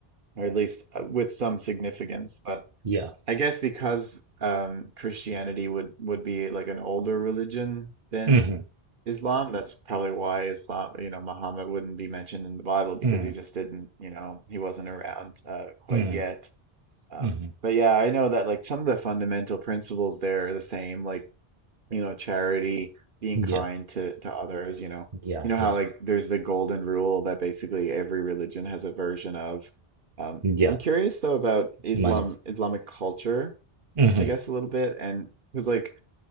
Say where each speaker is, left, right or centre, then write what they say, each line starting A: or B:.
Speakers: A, on the right; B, on the right.
A: or at least uh, with some significance. But
B: yeah.
A: I guess because um Christianity would would be like an older religion than
B: hmm
A: Islam, that's probably why Islam, you know, Muhammad wouldn't be mentioned in the Bible because
B: mm,
A: he just didn't, you know, he wasn't around uh quite
B: mm,
A: yet. Um,
B: hmm
A: but yeah, I know that like some of the fundamental principles there are the same, like, you know, charity, being
B: Yeah,
A: kind to to others, you know.
B: yeah,
A: You know
B: yeah,
A: how like there's the golden rule that basically every religion has a version of. Um,
B: yeah.
A: I'm curious though about Islam,
B: Manners.
A: Islamic culture,
B: hmm
A: I guess a little bit, and because like